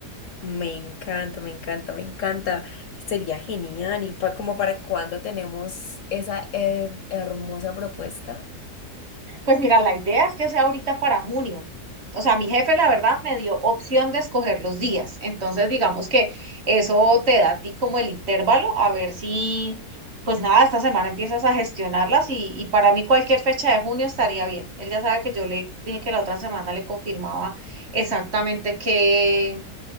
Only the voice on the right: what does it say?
Pues mira, la idea es que sea ahorita para junio. O sea, mi jefe, la verdad, me dio opción de escoger los días. Entonces, digamos que eso te da a ti como el intervalo, a ver si, pues nada, esta semana empiezas a gestionarlas y, y para mí cualquier fecha de junio estaría bien. Él ya sabe que yo le dije que la otra semana le confirmaba exactamente qué,